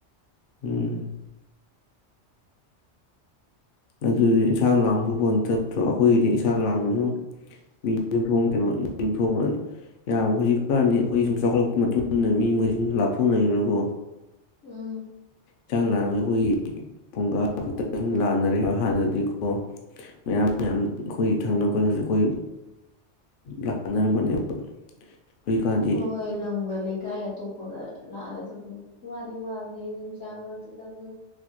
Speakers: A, on the left; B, on the left.
A: ꯎꯝ ꯑꯗꯨꯗꯤ ꯏꯟꯁꯥꯡ ꯂꯥꯡꯊꯣꯛꯄ ꯆꯠꯇ꯭ꯔꯣ ꯑꯩꯈꯣꯏꯒꯤꯗꯤ ꯏꯟꯁꯥꯡ ꯂꯥꯡꯅ ꯁꯨꯝ ꯃꯤ ꯌꯨꯝꯊꯣꯡ ꯀꯩꯅꯣ ꯌꯨꯝꯊꯣꯡ ꯌꯥꯝ ꯍꯧꯖꯤꯛꯀꯥꯟꯗꯤ ꯑꯩꯈꯣꯏꯒꯤ ꯁꯨꯝ ꯆꯥꯎꯈꯠꯂꯛꯄ ꯃꯇꯨꯡ ꯏꯟꯅ ꯃꯤ ꯃꯩ ꯁꯨꯝ ꯂꯥꯞꯊꯣꯛꯅꯈꯤꯕꯅꯀꯣ
B: ꯎꯝ
A: ꯌꯦꯟꯁꯥꯡ ꯂꯥꯟꯅꯕꯁꯦ ꯑꯩꯈꯣꯏꯒꯤ ꯐꯨꯡꯒꯥ ꯈꯛꯇꯪ ꯑꯗꯨꯨꯝ ꯂꯥꯟꯅꯔꯦꯕ ꯍꯥꯟꯅꯗꯤꯀꯣ ꯃꯌꯥꯝ ꯃꯌꯥꯝ ꯑꯩꯈꯣꯏꯒꯤ ꯊꯪꯅꯕ ꯈꯣꯠꯅꯕꯁ ꯑꯩꯈꯣꯏ ꯂꯥꯟꯅꯔꯝꯕꯅꯦꯕ ꯍꯧꯖꯤꯛꯀꯥꯟꯗꯤ
B: ꯍꯣ ꯍꯣꯏ ꯂꯝꯒ ꯂꯩ ꯀꯥꯏ ꯑꯇꯣꯞꯄꯒ ꯂꯥꯜꯂ ꯆꯠꯄꯗꯣ ꯋꯥꯗꯤ ꯋꯥꯕꯅꯦꯍꯦ ꯅꯨꯡꯁꯥ ꯃꯔꯛꯇ ꯆꯠꯄꯗꯣ